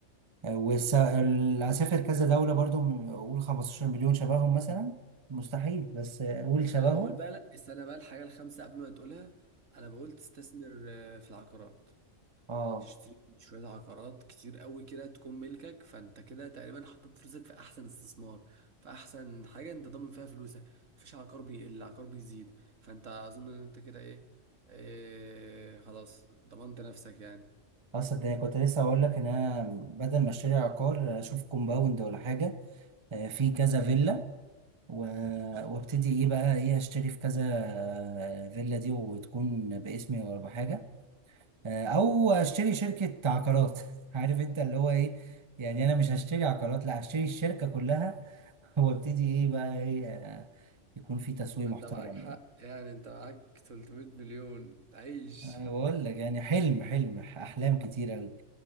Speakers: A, on the right; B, on the right.
A: آه والس- ال- هسافر كذا دولة برضو م- اقول 15 مليون شبههم مثلا مستحيل بس آه، اقول شبههم
B: انا بقول بقى لا استنى بقى الحاجه الخامسه قبل ما تقولها انا بقول تستثمر آه، في العقارات
A: اه
B: تشتري شويه عقارات كتير قوي كده تكون ملكك فانت كده تقريبا حطيت فلوسك في احسن استثمار في احسن حاجه انت ضامن فيها فلوسك مفيش عقار بيقل عقار بيزيد فانت اظن ان انت كده ايه, إيه خلاص ضمنت نفسك يعني
A: اصل ده كنت لسه اقول لك ان انا بدل ما اشتري عقار اشوف كومباوند ولا حاجة آه في كذا فيلا و... وابتدي ايه بقى ايه اشتري في كذا آه، فيلا دي وتكون باسمي ولا بحاجه آه، او اشتري شركه عقارات <laughs> عارف انت اللي هو ايه يعني انا مش هشتري عقارات لا هشتري الشركه كلها <laughs> وابتدي ايه بقى ايه آه، يكون في تسويق
B: ما
A: محترم
B: انت معاك حق
A: يعني
B: يعني انت معاك 300 مليون عيش
A: أه بقول لك يعني حلم حلم احلام كتير قوي